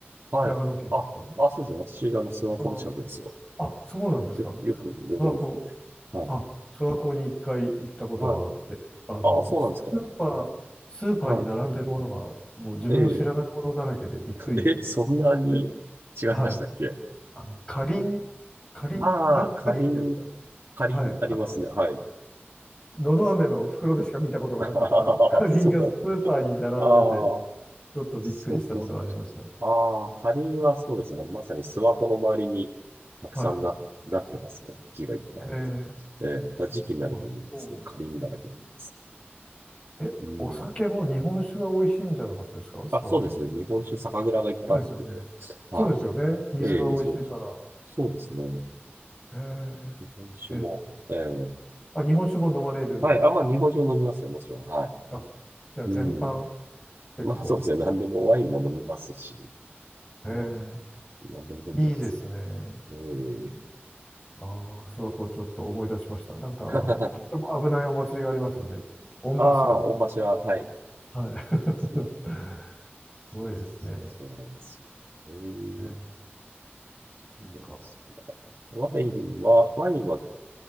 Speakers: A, on the right; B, on the left.
A: はい。
B: 長野県ですか
A: あ、あ、そうですね。私、あの、諏訪湖の近くですよ。
B: ああ、そうなんですか。
A: よ、よくご存知で。
B: 諏訪湖、
A: はい。
B: あ、諏訪湖に一回行ったことがあって、
A: はい。
B: あの、
A: あ、そうなんですか。
B: スーパー、スーパーに並んでるものが、
A: は
B: もう自分の知らないものだらけでびっくり
A: い。ええ、<laughs> え、そんなに違いましたっけ
B: で、はい。あの、かりん、かりん、
A: ああ、
B: だ、かりんっていうんですか。
A: かりん、かりんありますね。
B: はい。あの、
A: はい。
B: のど飴の袋でしか見たことがなかったかりんがスーパーに並んでて、
A: <laughs> ああ、そうなんだ。ああ、
B: ちょっとびっくりしたことがありました。
A: そっかそっか。ああ、カリンはそうですね。まさに諏訪湖の周りにたくさんな、
B: はい。へ
A: なってますね。木がいっぱいあって。
B: え。
A: ええ、また時期になると思います。
B: あ、そうです
A: すごいカリンだらけになります。
B: え、
A: うん。
B: お酒も日本酒が美味しいんじゃなかったですか諏訪湖。
A: あ、そうですね。日本酒、酒蔵がいっぱいあって。
B: そうですよね。
A: は
B: そうですよね。水が美味しいから。
A: い。ええ、そうです。そうですね。
B: え
A: 日本酒も、
B: ー、え、
A: ええ、
B: あ、日本酒も飲まれる。
A: はい。あ、まあ、日本酒も飲みますよ。もちろん。は
B: あ、じゃあ全般
A: い。うん。
B: 結構。
A: まあ、そうですね。何でもワインも飲みますし、
B: えー、
A: まあ、何でも飲んでますね。
B: いいですね。
A: ええ。
B: ああ、諏訪湖ちょっと思い出しました。なんかあの、
A: <laughs>
B: とっても危ないお祭りがありますよね。御柱。
A: ああ、御柱、はい。
B: はい。
A: ですね。
B: <laughs>
A: そうそうそう、
B: すごいですね。
A: そうなんですよ。えー、
B: えーなん
A: そうなんですか。
B: か、
A: ワインは、ワインは